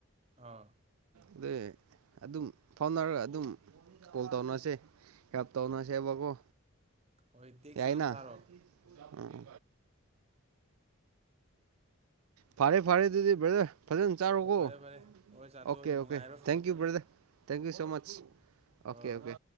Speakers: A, on the right; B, on the right.
A: ꯑꯥ
B: ꯑꯗꯨꯏ ꯑꯗꯨꯝ ꯐꯥꯎꯅꯔꯒ ꯑꯗꯨꯝ ꯀꯣꯜ ꯇꯧꯅꯁꯦ ꯍꯥꯜꯄ ꯇꯧꯅꯁꯦꯕꯀꯣ
A: ꯍꯣꯏ ꯇꯦꯛꯁ
B: ꯌꯥꯏꯅ
A: ꯑꯗꯨꯝ ꯊꯥꯔꯛ ꯑꯣ
B: ꯎꯝ ꯐꯥꯔꯦ ꯐꯥꯔꯦ ꯑꯗꯨꯗꯤ ꯕꯗꯔ ꯐꯖꯅ ꯆꯥꯔꯣꯀꯣ
A: ꯍꯣꯏ ꯐꯔꯦ ꯐꯔꯦ ꯍꯣꯏ ꯆꯥꯊꯣꯛꯑꯒꯦ
B: ꯑꯣꯀꯦ ꯑꯣꯀꯦ
A: ꯅꯨꯡꯉꯥꯏꯔꯣ
B: thank you ꯕ꯭ꯔꯗ thank you so much okay
A: ꯍꯣꯏ
B: ꯑꯣꯀꯦ